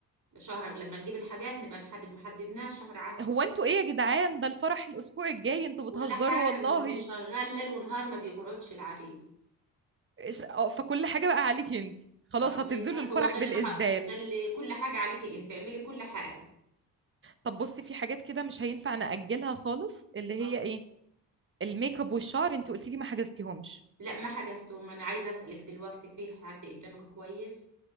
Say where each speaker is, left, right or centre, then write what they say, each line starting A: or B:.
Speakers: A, on the right; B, on the right.
A: شهر لما نجيب الحاجات نبقى نحدد ما حددناش شهر عسل
B: هو انتوا ايه يا جدعان ده الفرح الاسبوع الجاي انتوا
A: ولا
B: بتهزروا
A: حاجة
B: والله
A: ما هو شغال ليل ونهار ما بيقعدش العريس
B: إيش- اه، فكل حاجة بقى عليكي انت خلاص
A: اه شايفة
B: هتنزلوا
A: هو
B: الفرح
A: قال
B: بالإسدال
A: لي انا ح- قال لي كل حاجة عليك انت اعملي كل حاجة
B: طب بصي في حاجات كده مش هينفع نأجلها خالص اللي هي
A: اه
B: ايه الميك اب والشعر انت قلتي لي ما حجزتيهمش
A: لا ما حجزتهم انا عايزة اسألك دلوقتي في حد قدامك كويس